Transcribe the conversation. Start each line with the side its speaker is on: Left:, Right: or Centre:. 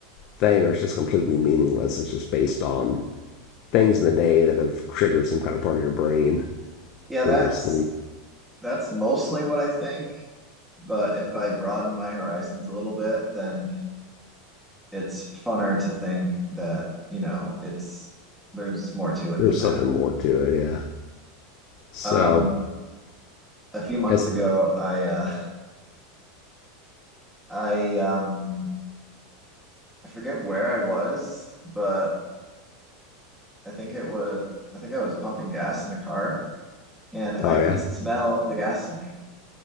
Left: thing, or it's just completely meaningless. It's just based on things in the day that have triggered some kind of part of your brain
Centre: Yeah,
Left: when
Centre: that's
Left: you're asleep.
Centre: that's mostly what I think. But if I broaden my horizons a little bit, then it's funner to think that, you know, it's there's more to it
Left: There's
Centre: than that.
Left: something more to it, yeah. So,
Centre: Um, a few months
Left: as
Centre: ago, I uh I um I forget where I was, but I think it was I think I was pumping gas in a car and
Left: oh
Centre: I could
Left: yeah,
Centre: smell the gasoline